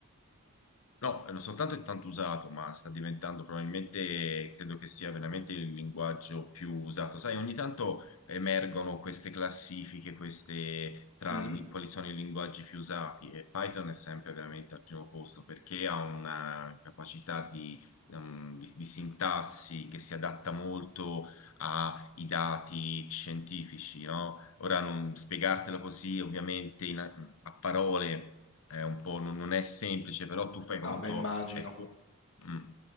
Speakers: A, on the left; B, on the left.
A: No, non soltanto è tanto usato, ma sta diventando probabilmente, credo che sia veramente il linguaggio più usato. Sai, ogni tanto emergono queste classifiche, queste tra
B: Mm?
A: li- quali sono i linguaggi più usati e Python è sempre veramente al primo posto perché ha una capacità di, um, di- di sintassi che si adatta molto a i dati scientifici, no? Ora non spiegartelo così, ovviamente in- a parole è un po' non, non è semplice, però tu fai
B: No,
A: conto,
B: beh, immagino.
A: ecco, mm,